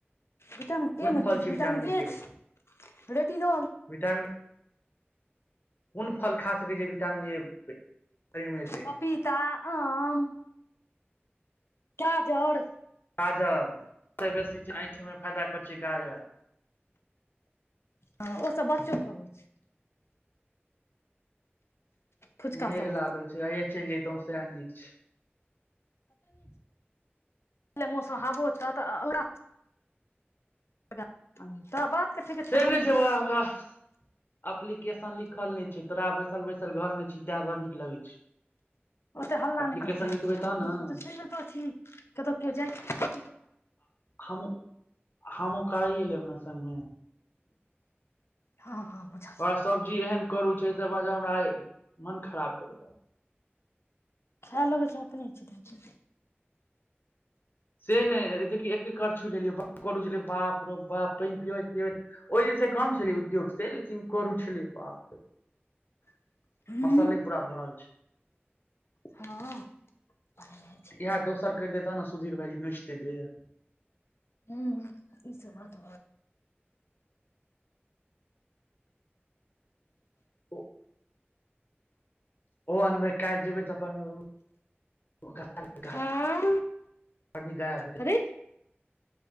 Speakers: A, on the left; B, on the left.
A: विटामिन
B: कोन
A: ए मे
B: फल
A: की
B: छी
A: विटामिन
B: विटामीन ए के लेल
A: छै रेटिनॉल
B: विटामिन कोन फल खा सकैत छै विटामिन ए शरीर मे एतै
A: पपीता आम काजर
B: गाजर सभसँ बेसी छै आँखेमे फायदा कर छै गाजर
A: हँ ओ सब बस चौकाबै छै फुचका
B: मेघ
A: सब
B: लागल
A: हाल
B: छै आय चलि जतहु सएह नीक छै
A: पहिले मौसम हबो छैह तऽ ओकरा तऽ बात के ठीक
B: से
A: ठेकान
B: ने
A: नहि
B: छै बउआ
A: छौ
B: वाह एप्लीकेशन लिखल नहि छै तोरा बैसल बैसल घर मे छी तें बड़ नीक लगे छै
A: <inaudible> ओते हल्ला
B: एप्लीकेशन
A: न कर जय
B: लिखबै
A: दियो
B: तहन न
A: तो सुनितौ छी कतो कियो जाइ छै
B: हम हम ओ कराइए लेब ने संगे
A: हँ हँ बुझलिए
B: ओकरा सब्जी एहन करू छै त हमरा मन खराब कर देलहु
A: खा लगैय च अपने इछै
B: से नहि जेकि एक करछु लेलियै कर छलै बाप रो बाप पानि पिबैत प ओहि दिन से काम छलै उद्योग से लेकिन करू छली बाप
A: <inaudible> हूँ
B: मसले पूरा भरल छै
A: हँ बनेने छलै
B: इएह
A: तेल
B: दोसर कर देै तह ने सुधीर भाायजी नौचतै देर नै
A: ह ई सब बात
B: ओ ओ अनबै काल जेबै तऽ अपन फरनी
A: आँ
B: गाया भेटे
A: कथी